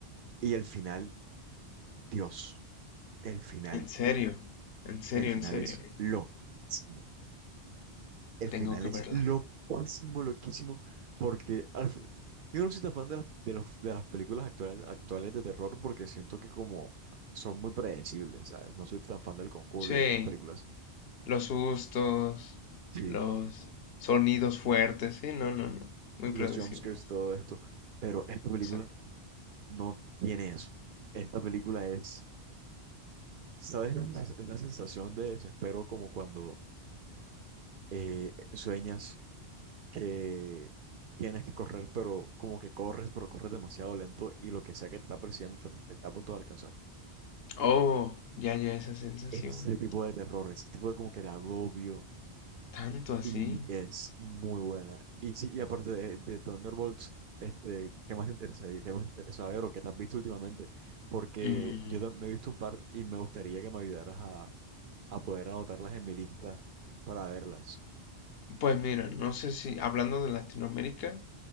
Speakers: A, on the right (about 60°); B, on the left (about 65°).
A: Y el final, Dios, el final,
B: En serio, en serio,
A: el final
B: en serio.
A: es loquísimo. El final
B: Tengo que
A: es
B: verla.
A: loquísimo, loquísimo, porque al fin- yo no soy tan fan de las, de los- de las películas actuales, actuales de terror porque siento que como son muy predecibles, ¿sabes? No soy tan fan del Conjuro
B: Sí,
A: y de estas películas.
B: los sustos,
A: Sí,
B: los sonidos fuertes. Sí, no, no, no. Muy
A: y
B: predecible.
A: los jumpscares todo esto. Pero esta película
B: Sí.
A: no tiene eso. Esta película es ¿Sabes? Es la, es la sensación de desespero como cuando eh, sueñas que tienes que correr, pero como que corres, pero corres demasiado lento y lo que sea que te está persiguiendo te, te está a punto de alcanzar.
B: Oh, ya, ya esa sensación.
A: Ese tipo de terror, ese tipo de como que de agobio
B: ¿Tanto así?
A: y es muy buena. Y sí, y aparte de, de Thunderbolts, este, ¿qué más te interesa? ¿Y ¿Qué más te interesa ver o qué te has visto últimamente? Porque
B: Mm,
A: yo tam- me he visto un par y me gustaría que me ayudaras a, a poder anotarlas en mi lista para verlas.
B: Pues mira, no sé si hablando de Latinoamérica.